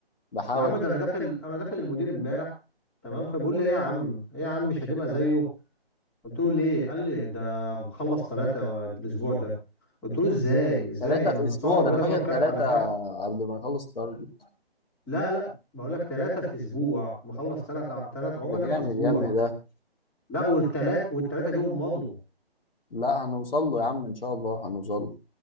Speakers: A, on the left; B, in the centre.
A: بحاول
B: يا عم ده انا داخل انا داخل المدير امبارح تمام فبيقول لي ايه يا عم ايه يا عم مش هتبقى زيه قلت له ليه قال لي ده مخلص ثلاثة الاسبوع ده قلت له ازاي ازاي
A: ثلاثة
B: انا
A: في
B: مستغرب
A: أسبوع ده
B: بقيت
A: أنا فاكر
B: اضرب
A: ثلاثة
B: كف على كف
A: قبل ما نخلص التارجت
B: لا لا بقول لك ثلاثة في اسبوع مخلص ثلاثة ثلاث عملاء
A: ده جامد
B: في اسبوع
A: يا ابني ده
B: لا والثلاث والثلاثة جيهم مضوا
A: لا هنوصل له يا عم إن شاء الله هنوصل له